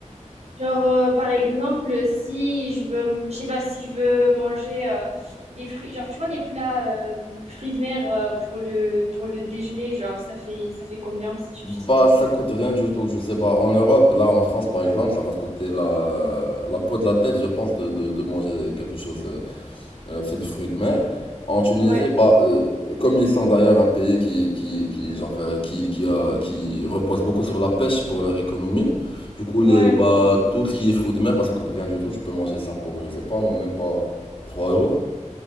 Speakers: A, on the right; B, on the left.
A: Genre, euh, par exemple, si je veux, m- je sais pas, si je veux manger euh, des fruits, genre, tu vois, les plats euh, fruits de mer euh, pour le, pour le déjeuner, genre, ça fait, ça fait combien, si tu
B: Bah
A: sais?
B: ça coûte rien du tout, je sais pas. En Europe, là en France par exemple, ça va te coûter la, la peau de la tête, je pense, de, de, de manger quelque chose. euh, euh, fait de fruits de mer. En Tunisie,
A: Ouais,
B: bah, euh, comme ils sont d'ailleurs un pays qui, qui, qui, genre, euh, qui, qui, a- qui repose beaucoup sur la pêche pour leur économie, du coup,
A: ouais.
B: les, bah, tout ce qui est fruits de mer, bah, ça coûte rien du tout. Tu peux manger ça pour, je sais pas, moi, même pas 3 euros.